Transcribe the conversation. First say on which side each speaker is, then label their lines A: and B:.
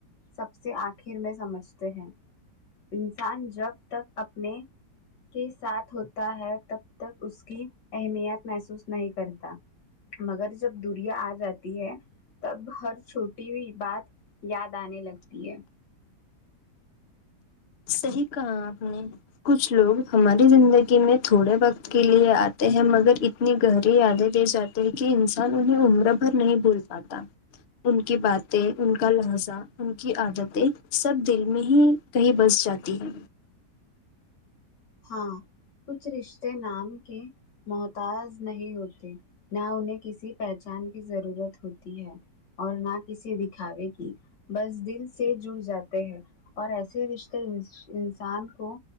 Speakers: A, on the left; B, on the left.
A: سب سے آخر میں سمجھتے ہیں انسان جب تک اپنے کے ساتھ ہوتا ہے تب تک اس کی اہمیت محسوس نہیں کرتا مگر جب دوریا آ جاتی ہے تب ہر چھوٹی ہوئی بات یاد آنے لگتی ہے
B: صحیح کہا آپ نے کچھ لوگ ہماری زندگی میں تھوڑے وقت کے لیے آتے ہیں مگر اتنی گہری یادیں دے جاتے ہیں کہ انسان انہیں عمر بھر نہیں بھول پا تا ان کی باتیں ان کا لہذا ان کی عادتیں سب دل میں ہی کہیں بس جاتی ہے
A: ہاں کچھ رشتے نام کے محتاج نہیں ہوتے نہ انہیں کسی پہچان کی ضرورت ہوتی ہے اور نہ کسی دکھاوے کی بس دل سے جڑ جاتے ہیں اور ایسے ہی رشتے انسان کو